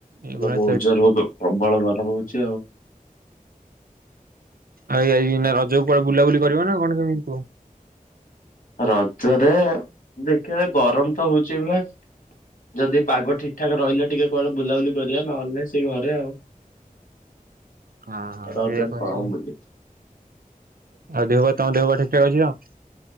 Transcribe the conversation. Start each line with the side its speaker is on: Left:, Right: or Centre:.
Right: ଏଇଭଳିଆ
Left: ଏବେ ବହୁତ ଜୋରେ ବୋଧେ ପ୍ରବଳ ଗରମ ହଉଚି ଆଉ।
Right: ଆଜ୍ଞା ଏଇକିନା ରଜ କୁ କୁଆଡେ ବୁଲାବୁଲି କରିବ ନା କଣ କେମିତି କୁହ?
Left: ରଜରେ ଦେଖିଆ ଗରମ ତ ହଉଛି ଏ ଭଳିଆ ଯଦି ପାଗ ଠିକ ଠାକ ରହିଲା ଟିକେ କୁଆଡେ ବୁଲାବୁଲି କରିବା ନହେଲେ ସେଇ ଘରେ ଆଉ।
Right: ହଁ ହଁ
Left: ରଜରେ
Right: ସେଇଆ କରିବା
Left: କଁ ବୁଲିବି
Right: ଆଉ ଦେହ ପା ତମ ଦେହ ପା ଠିକଠାକ ଅଛି ନା କଁ?